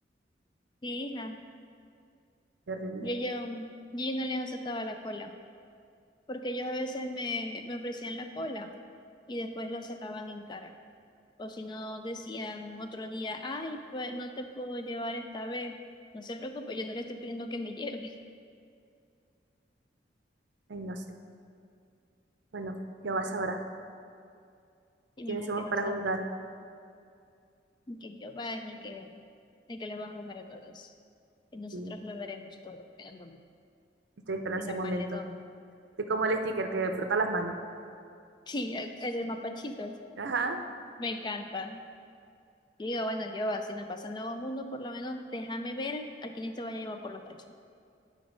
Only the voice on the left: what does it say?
Sí, hija,
yo, yo, yo no les aceptaba la cola, porque ellos a veces me, me ofrecían la cola y después lo sacaban en cara. O si no, decían otro día, ay, pues no te puedo llevar esta vez, no se preocupe, yo no le estoy pidiendo que me lleve.
Y
mira,
¿qué vas
a ver? Que Jehová es el que, el que les va a juzgar a todos. Y nosotros
lo veremos todo en, el-
en
Armagedón.
Sí, es es el mapachito.
Me encanta. Y digo, bueno, Jehová, si nos pasa el nuevo mundo, por lo menos déjame ver a quién te vaya a llevar por los cachos.